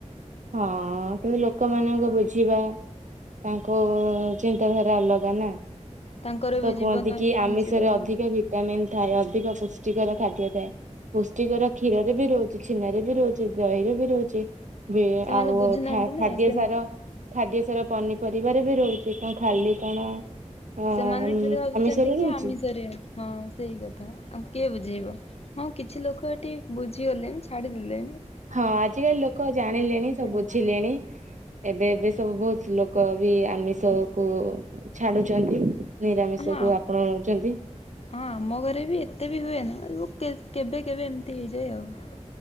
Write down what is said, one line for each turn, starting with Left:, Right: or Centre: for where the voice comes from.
Right: ହଁ ଅ କିନ୍ତୁ ଲୋକମାନଙ୍କ ବୁଝିବା ତାଙ୍କ ଚିନ୍ତାଧାରା ଅଲଗା ନା।
Left: ତାଙ୍କର
Right: ତ
Left: ବି ଜୀବନ
Right: କୁହନ୍ତି କି
Left: ଅଛି
Right: ଆମିଷରେ
Left: ବଞ୍ଚିବାର
Right: ଅଧିକା ଭି ଭିଟାମିନ୍ ଥାଏ ଅଧିକ ପୁଷ୍ଟିକର ଖାଦ୍ୟ ଥାଏ ପୁଷ୍ଟିକର କ୍ଷୀରରେ ବି ରହୁଛି ଛେନାରେ ବି ରହୁ ଦହିର ବି ରହୁଛି
Left: ସେମାନେ
Right: ଆଉ
Left: ବୁଝୁନାହାନ୍ତି
Right: ଖାଦ୍ୟ
Left: ନା ସେ
Right: ସାର ଖାଦ୍ୟ ସାର ପନିପରିବାରେ ବି ରହୁଛି କଣ ଖାଲି କଣ? ଅ
Left: ସେମାନେ ଖାଲି ଭାବୁଛନ୍ତି
Right: ଆମିଷରେ
Left: କି
Right: ରହୁଛି।
Left: ଆମିଷରେ ଅଛି ହଁ ସେଇ କଥା ଆଙ୍କୁ କିଏ ବୁଝେଇବ। ହଁ କିଛି ଲୋକ ଏଠି ବୁଝିଗଲେଣି ଛାଡ଼ିଦେଲେଣି।
Right: ହଁ ଆଜିକାଲି ଲୋକ ଜାଣିଲେଣି ସବ୍
Left: ଆଉ।
Right: ବୁଝିଲେଣି। ଏବେ ଏବେ ସବୁ ବହୁତ୍ ଲୋକ ବି ଆମିଷ କୁ ଛାଡ଼ୁଚନ୍ତି। ନିରାମିଷକୁ
Left: ହଁ ହଁ।
Right: ଆପଣାଉ ଚନ୍ତି।
Left: ହଁ ଆମ ଘରେ ବି ଏତେ ବି ହୁଏନା <unintelligible> କେ କେବେ କେବେ ଏମିତି ହେଇଯାଏ ଆଉ।